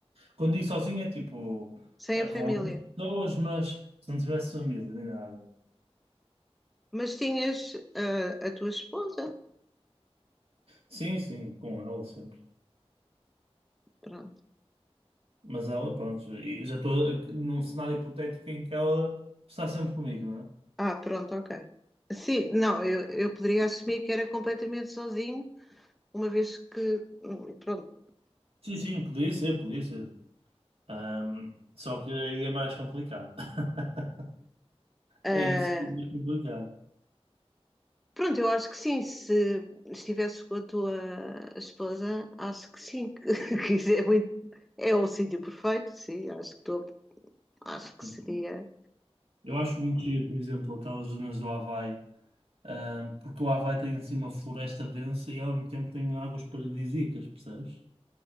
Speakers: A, on the right; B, in the centre.
A: Quando digo sozinho é tipo
B: sem
A: eh,
B: a família.
A: com outras pessoas, mas se não tivesse família nem nada.
B: Mas tinhas ah, a tua esposa?
A: Sim, sim, com ela sempre.
B: Pronto.
A: Mas ela, pronto, e já estou num cenário hipotético em que ela está sempre comigo, não é?
B: Ah, pronto, ok. Sim, não, eu, eu poderia assumir que era completamente sozinho, uma vez que, hum, pronto,
A: Sim, sim, podia ser, podia ser. Ahm, só que aí é mais complicado. <laughs>
B: Ah,
A: É isso, é mais complicado.
B: pronto, eu acho que sim. Se estivesse com a tua esposa, acho que sim. <laughs> que isso é, muito- é o sítio perfeito, sim. Acho que, tô- acho que
A: Sim.
B: seria.
A: Eu acho muito giro, por exemplo, aquelas zonas do Havaí, ahm, porque o Havaí tem assim uma floresta densa e ao mesmo tempo tem águas paradisíacas, percebes?